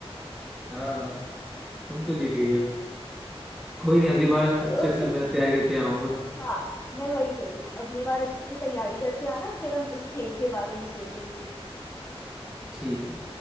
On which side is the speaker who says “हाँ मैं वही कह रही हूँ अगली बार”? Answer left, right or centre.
Left